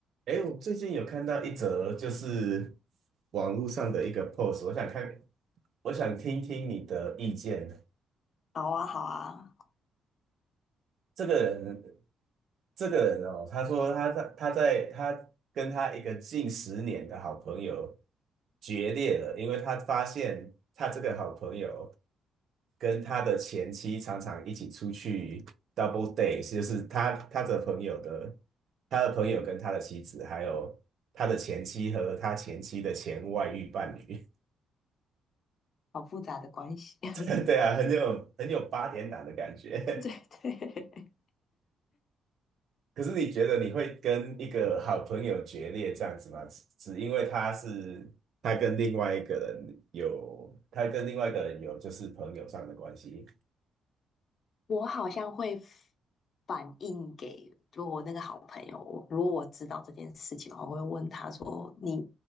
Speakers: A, on the right; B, on the left.
A: 诶，我最近有看到一则，就是网络上的一个 post，我想看，我想听听你的意见。
B: 好啊，好啊，
A: 这个人，这个人哦，他说他在他在他跟他一个近十年的好朋友决裂了，因为他发现他这个好朋友跟他的前妻常常一起出去 double date，就是他他的朋友的他的朋友跟他的妻子，还有他的前妻和他前妻的前外遇伴侣，
B: 好复杂的关系。<laughs>
A: <laughs> 对啊，很有很有八点档的感觉。
B: 对对，
A: 可是你觉得你会跟一个好朋友决裂这样子吗？只只因为他是他跟另外一个人有，他跟另外一个人有就是朋友上的关系。
B: 我好像会反映给，就我那个好朋友，我如果我知道这件事情，我会问他说：“你